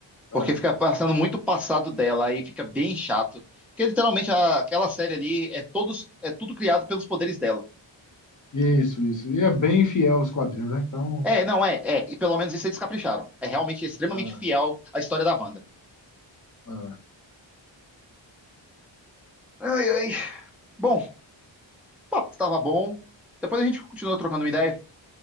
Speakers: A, in the centre; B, on the left (about 40°).
A: Porque
B: é.
A: fica passando muito passado dela, aí fica bem chato. Porque literalmente a- aquela série ali é todos, é tudo criado pelos poderes dela.
B: Isso, isso. E é bem fiel aos quadrinhos, né? Então,
A: É, não é, é. E pelo menos isso eles capricharam. É realmente extremamente
B: ah,
A: fiel à história da Wanda.
B: ah,
A: Ai, ai. Bom, o papo tava bom. Depois a gente continua trocando uma ideia.